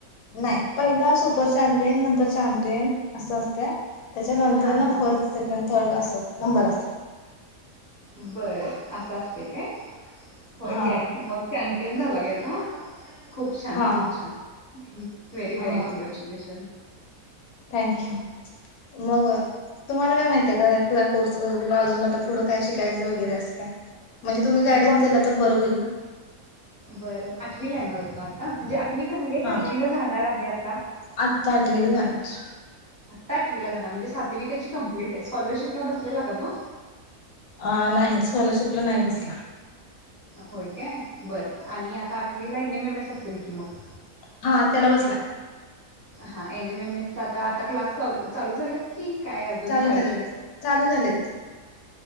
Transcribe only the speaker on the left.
नाही. पहिला सुपर चॅमपियन नंतर चॅमपियन असं असतं. त्याच्यानंतर
ना
फर्स्ट,
सेकंड थोडं असं. नंबर असतात.
हा
हा
हा
थँक्यू मग तुम्हाला काय माहितीय का या कोर्स वला अजून आता पुढं काय शिकायचं वगैरे अस का म्हणजे तुम्ही
गायडन्स
दिला तर बर होईल ना
हा
आत आठवीला जाणार
अ नाही स्कॉलरशिपला नाही बसला
हा त्याला बसला
चालू
झालेत
चालू झालेत